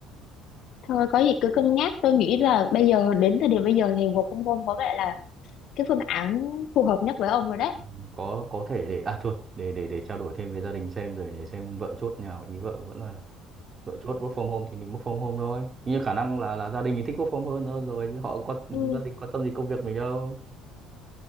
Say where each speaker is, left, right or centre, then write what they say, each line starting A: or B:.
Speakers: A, on the left; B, on the right.
A: thôi có gì cứ cân nhắc tôi nghĩ là bây giờ đến thời điểm bây giờ thì work from home có vẻ là cái phương án phù hợp nhất với ông rồi đấy
B: Ừ, có có thể để à thôi để để để trao đổi thêm với gia đình xem rồi để xem vợ chốt nhà nào ý vợ vẫn là vợ chốt work from home thì mình work from home thôi nhưng khả năng là là gia đình thì thích work from home hơn rồi nhưng họ có
A: ừ.
B: gia đình quan tâm gì công việc mình đâu